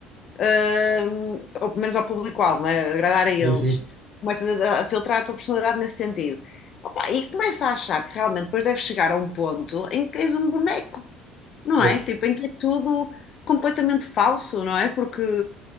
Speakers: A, on the left; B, on the right.
A: Ahm, ou pelo menos ao público-alvo, não é? Agradar a eles.
B: Sim, sim.
A: Começas a, a filtrar a tua personalidade nesse sentido. Opa, e começa a achar que realmente depois deves chegar a um ponto em que és um boneco, não
B: Pois.
A: é? Tipo, em que é tudo completamente falso, não é? Porque